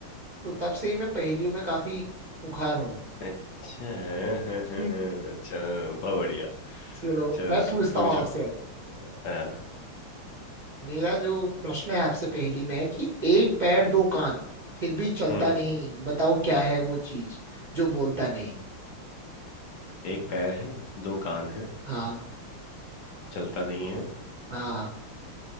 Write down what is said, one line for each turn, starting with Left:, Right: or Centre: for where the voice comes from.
Right: तो तब से ही मैं पहेलियों में काफी हुखार हूँ
Left: अच्छा हाँ, हाँ,
Right: <laughs>
Left: हाँ, हाँ, चलो बहुत बढ़िया
Right: चलो
Left: चलो
Right: मैं
Left: सु-
Right: पूछता
Left: पूछो
Right: हूँ आपसे अब
Left: हाँ,
Right: मेरा जो प्रश्न है आपसे पहेली में है कि एक पैर दो कान फिर भी चलता
Left: हम्म
Right: नहीं बताओ क्या है वो चीज जो बोलता नहीं
Left: एक पैर है दो कान है
Right: हाँ
Left: चलता नहीं है
Right: हाँ